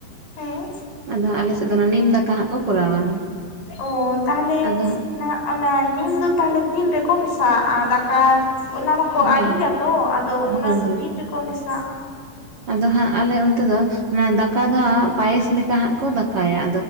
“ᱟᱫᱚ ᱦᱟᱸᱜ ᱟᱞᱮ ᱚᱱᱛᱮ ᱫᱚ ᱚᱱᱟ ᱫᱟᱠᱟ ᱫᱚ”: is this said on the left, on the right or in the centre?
Right